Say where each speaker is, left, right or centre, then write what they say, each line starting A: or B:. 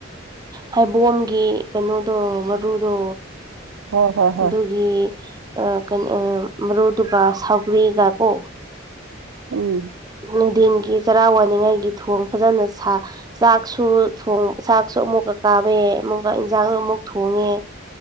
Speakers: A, on the right; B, on the right.
A: ꯍꯩꯕꯣꯝꯒꯤ ꯀꯩꯅꯣꯗꯣ ꯃꯔꯨꯗꯣ
B: ꯍꯣꯏ ꯍꯣꯏ ꯍꯣꯏ
A: ꯑꯗꯨꯒꯤ ꯑꯥ ꯀꯩꯅꯣ ꯑꯥ ꯃꯔꯨꯗꯨꯒꯥ ꯁꯧꯒ꯭ꯔꯤꯒꯀꯣ꯫
B: ꯎꯝ꯫
A: ꯅꯨꯡꯙꯤꯟꯒꯤ ꯆꯔꯥ ꯋꯥꯅꯤꯡꯉꯥꯏꯒꯤ ꯊꯣꯡ ꯐꯖꯅ ꯁꯥ ꯆꯥꯛꯁꯨ ꯊꯣꯡ ꯆꯥꯛꯁꯨ ꯑꯃꯨꯛꯀ ꯀꯥꯝꯃꯦ ꯑꯃꯨꯛꯀ ꯏꯟꯁꯥꯡ ꯑꯃꯨꯛ ꯊꯣꯡꯉꯦ꯫